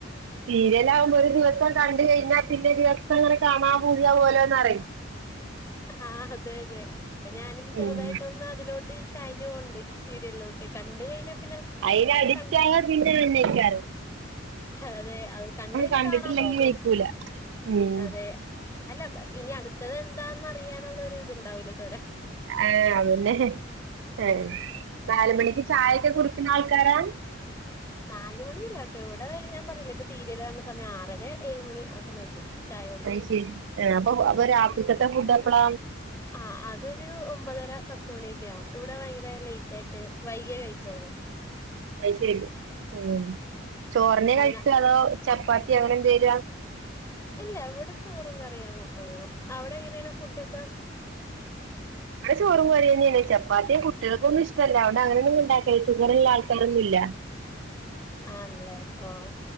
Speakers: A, on the right; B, on the left.
A: സീരിയല് ആകുമ്പോ ഒരു ദിവസം കണ്ട് കഴിഞ്ഞാ പിന്നെ ദിവസം അങ്ങനെ കാണാൻ പൂത്യാവല്ലോ ന്നറിം
B: ആഹ് അതെ അതെ ഇപ്പൊ ഞാനും ചെറുതായിട്ടൊന്ന്
A: ഉം
B: അതിലോട്ട് ചായ്ഞ് പോവ്ണ്ട് സീരിയലിലോട്ട് കണ്ട കഴിഞ്ഞാ പിന്നെ
A: അയ്ന് അടിക്റ്റായ
B: കൺ
A: പിന്നെ വന്നേക്കാറ്
B: അതെ അത് കണ്ടയിഞ്ഞ
A: കണ്ടിട്ടില്ലെങ്കി
B: കാണാൻ തോന്നും
A: വെയ്ക്കൂല ഉം
B: അതെ അല്ല ഇനി അടുത്തത് എന്താന്ന് അറിയാനുള്ള ഒരു ഇത്ണ്ടാവൂലേ തോര
A: ഏഹ് അതന്നെ ഏഹ്
B: അതാണ്
A: നാലുമണിക്ക് ചായൊക്കെ കുടിക്കുന്ന ആൾക്കാരാ
B: നാല് മണിയല്ലട്ടോ ഇവിടെ ഞാൻ പറഞ്ഞില്ലേ ഇപ്പൊ സീരിയൽ കാണുന്ന സമയം ആറര ഏഴ് മണി ആ സമയത്ത് ചായ കുടിക്കും
A: അയ്ശെരി അപ്പൊ അപ്പൊ രാത്രിക്കത്തെ ഫുഡ് എപ്പള
B: ആഹ് അതൊരു ഒമ്പതര പത്തുമണിയൊക്കെ ആവും ഇവിടെ ഭയങ്കര ലേറ്റ് ആയിട്ട് വൈകിയേ കഴിക്കുള്ളൂ
A: അയ്ശരി ഉം ചോറന്നെ
B: അങ്ങനെ
A: കഴിക്ക അതോ ചപ്പാത്തി അങ്ങനെ എന്തേലുഹാ
B: ഇല്ല എവിടെ ചോറും കറിയാ കൂട്ടുള്ളൂ അവിടെ എങ്ങനെയാണ് ഫുഡ് ഒക്ക
A: ഇവടെ ചോറും കഴിയന്നേണ് ചപ്പാത്തിയെ കുട്ടികൾക്കൊന്നും ഇഷ്ടല്ല അവി അങ്ങനൊന്നും ഉണ്ടാക്കില്ല ഷുഗറ്ള്ള ആൾകാരൊന്നുല്ല <inaudible>
B: ആണല്ലേ ഓഹ്